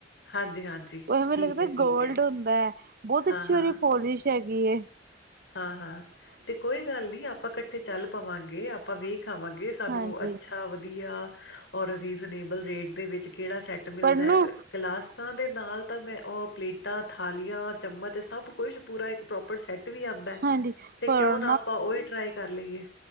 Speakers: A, on the left; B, on the right.
A: ਹਾਂਜੀ- ਹਾਂਜੀ।
B: ਉਹ ਮੈਨੂੰ
A: ਠੀਕ
B: ਲੱਗਦਾ
A: ਹੈ ਠੀਕ
B: ਗੋਲਡ
A: ਹੈ
B: ਹੁੰਦਾ ਹੈ। ਬਹੁਤ
A: ਹਾਂ
B: ਅੱਛੀ
A: ਹਾਂ
B: ਉਹਦੀ ਪੋਲਿਸ਼ ਹੈਗੀ ਐਂ।
A: ਹਾਂ-ਹਾਂ ਤੇ ਕੋਈ ਗੱਲ ਨੀ ਆਪਾਂ ਇਕੱਠੇ ਚੱਲ ਪਵਾਂਗੇ। ਆਪਾਂ ਵੇਖ ਵੇਖ ਆਵਾਂਗੇ। ਸਾਨੂੰ
B: ਹਾਂਜੀ
A: ਅੱਛਾ ਵਧੀਆ, ਔਰ ਰੀਜਨੇਬਲ ਰੇਟ ਦੇ ਵਿੱਚ ਕਿਹੜਾ ਸੈਟ ਮਿਲਦਾ
B: ਪਰ ਨਾ
A: ਐ। ਗਲਾਸਾਂ ਦੇ ਨਾਲ ਤਾਂ ਮੈਂ ਉਹ ਪਲੇਟਾਂ, ਥਾਲੀਆਂ, ਚਮਚ ਸਭ ਕੁਛ ਪੂਰਾ ਇੱਕ ਪ੍ਰੋਪਰ ਸੈੱਟ ਵੀ ਆਉਂਦਾ ਹੈ
B: ਹਾਂਜੀ
A: ਤੇ
B: ਪਰ
A: ਕਿਉਂ ਨਾ ਆਪਾਂ ਉਹੀ ਟਰਾਈ ਕਰ ਲਈਏ।